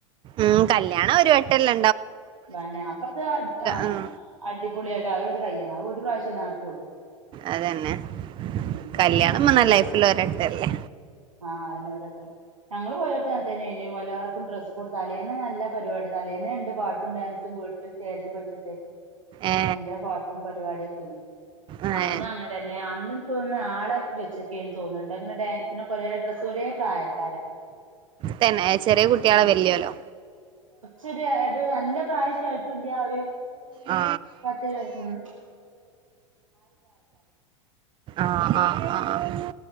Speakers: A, on the right (about 30°); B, on the right (about 80°).
A: ഉം കല്യാണം ഒരു വെ ട്ടല്ലാ
B: വന്നെ അപ്പ അത് ആ
A: ഉം
B: അടിപൊടിയായിട്ട് ആ അവര് കഴിയണം അ ഒരു പ്രാവശ്യ ചില നടത്തുള്ളൂ
A: അതന്നെ
B: ഉം
A: കല്യാണം
B: ഞങ്ങള്
A: മതെ
B: പോയോട്
A: <unintelligible> ലൈഫിൽ ഒരവട്ടല്ലേ
B: ആഹ് അതന്നെ ഓരോരുത്തര് ഞങ്ങള് പോയോർത്തങ്ങനെ തന്നെയാർന്നു എല്ലാവർക്കും ഡ്രസ്സ് കോഡ് തലേന്ന്‌ നല്ല പരിപാടി തലേന്നെണ്ട് പാട്ട് പാട്ടും ഡാൻസും വീട്ടി സ്റ്റേജൊക്കെവെച്ചിട്ടെ
A: ഏ
B: ഭയങ്കര പാട്ടും പരിപാടിയ <unintelligible>
A: ഏ
B: അന്ന് അങ്ങനെ തന്നെ അന്ന് എക്ക്തോന്നുണു ആളെ വെച്ചക്കെയ് തോന്നുന്നുണ്ട് അങ്ങനെ ഡാൻസിനൊക്കെ ഒരേ ഡ്രെസ്സ് ഒരേ പ്രായക്കാരാ
A: തന്നെ ചെറിയ
B: അപ്പൊഞ
A: കുട്ടികളെ വല്യോലോ
B: ശരിയായിട്ട് നല്ല പ്രായായിട്ടുല്ല ഒരു
A: ആ
B: പത്തിരൂപത് വയസ
A: ആഹ ആഹ ആഹ